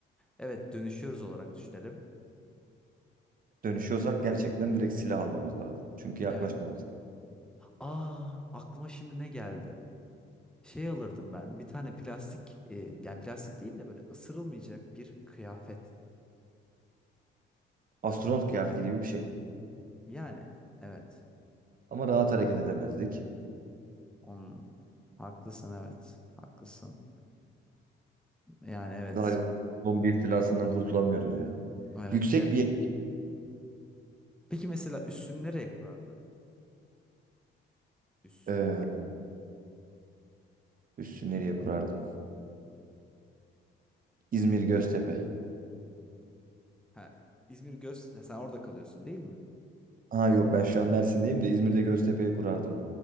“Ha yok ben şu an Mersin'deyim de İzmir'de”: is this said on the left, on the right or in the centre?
Right